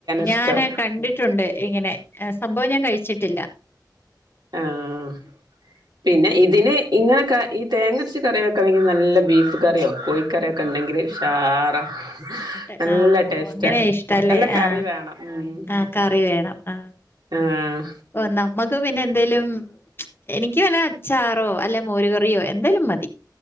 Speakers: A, on the left; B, on the right.
A: ഞാനെ
B: ഇഷ്ടം
A: കണ്ടിട്ടുണ്ട് ഇങ്ങനെ സംഭവം ഞാൻ കഴിച്ചിട്ടില്ല.
B: ആഹ്. പിന്നെ ഇതിന് ഇങ്ങനെക്ക ഈ തേങ്ങര്ച്ച് കറി വെക്കണങ്കി നല്ല ബീഫ് കറിയോ കോയി കറിയൊക്കണ്ടെങ്കില് ഉഷാറ.
A: ട്ട്
B: നല്ലടേസ്റ്റാ
A: ആ ഓ അങ്ങനെ ഇഷ്ടല്ലേ
B: നല്ലകറിവേണം
A: ആ
B: ഉം.
A: ആ കറി വേണം ആ
B: ആഹ്.
A: ഓ ന്നമ്മക്ക് പിന്നെ എന്തേലും എനിക്ക് വല്ല അച്ചാറോ അല്ലെ മോര്കറിയോ എന്തേലുംമതി